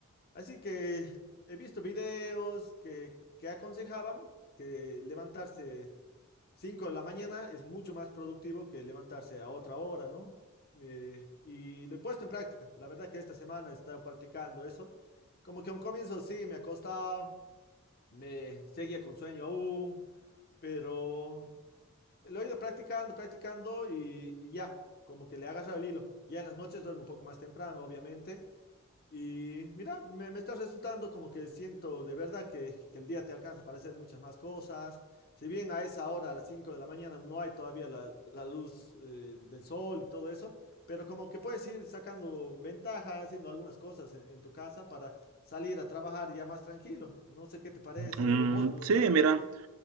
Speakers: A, on the left; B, on the right.
A: Así que he visto videos que, que aconsejaban que levantarse 5 de la mañana es mucho más productivo que levantarse a otra hora, ¿no? Eh, y lo he puesto en práctica. La verdad que esta semana he estado practicando eso. Como que a un comienzo sí me ha costado, me seguía con sueño aún, pero lo he ido practicando, practicando y, y ya, como que le he agarrado el hilo. Ya en las noches duermo un poco más temprano, obviamente y mira, me, me está resultando como que siento de verdad que, que el día te alcanza para hacer muchas más cosas. Si bien a esa hora, a las 5 de la mañana, no hay todavía la, la luz eh, del sol y todo eso, pero como que puedes ir sacando ventaja, haciendo algunas cosas en, en tu casa para salir a trabajar ya más tranquilo. No sé qué te parece
B: Mm,
A: o vos lo
B: sí,
A: practicas.
B: mira.